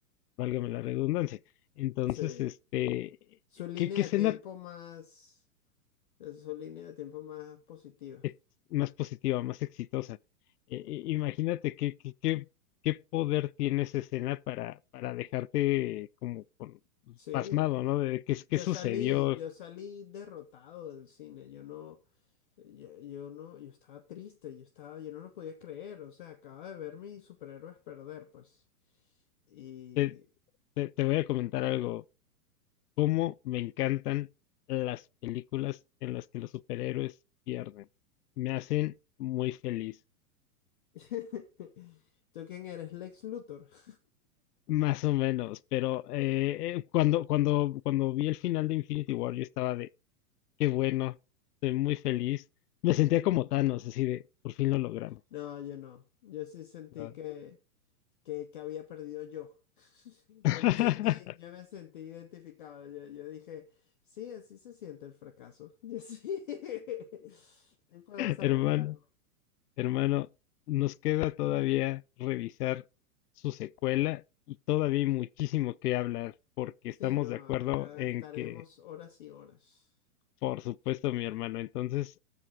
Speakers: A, on the left; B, on the left.
A: válgame la redundancia. Entonces,
B: Sí.
A: este,
B: Su línea
A: ¿qué, qué
B: de
A: escena
B: tiempo más, eh, su línea de tiempo más positiva.
A: ex- más positiva, más exitosa. Eh, eh, imagínate qué, qué, qué, qué poder tiene esa escena para, para dejarte como con-
B: Sí,
A: pasmado, ¿no? De qué,
B: yo
A: qué sucedió.
B: salí, yo salí derrotado del cine. Yo no, yo, yo no, yo estaba triste, yo estaba, yo no lo podía creer. O sea, acaba de ver mis superhéroes perder, pues. Y
A: Te, te, te voy a comentar algo. Cómo me encantan las películas en las que los superhéroes pierden. Me hacen muy feliz.
B: <laughs> ¿tú quién eres? Lex Luthor. <laughs>
A: Más o menos, pero eh, eh, cuando, cuando, cuando vi el final de Infinity War, yo estaba de, Qué bueno, estoy muy feliz. Me sentía como Thanos, así de, por fin lo logramos.
B: No, yo no. Yo sí sentí
A: Ah.
B: que que, que había perdido yo. <laughs>
A: <laughs>
B: Yo me sentí, yo me sentí identificado. Yo, yo dije, sí, así se siente el fracaso. <laughs> Yo sí, sí puedo saborearlo.
A: Hermano, hermano, nos queda todavía revisar su secuela y todavía hay muchísimo que hablar, porque
B: Sí,
A: estamos
B: no,
A: de acuerdo
B: acá
A: en
B: estaremos
A: que,
B: horas y horas.
A: por supuesto, mi hermano, entonces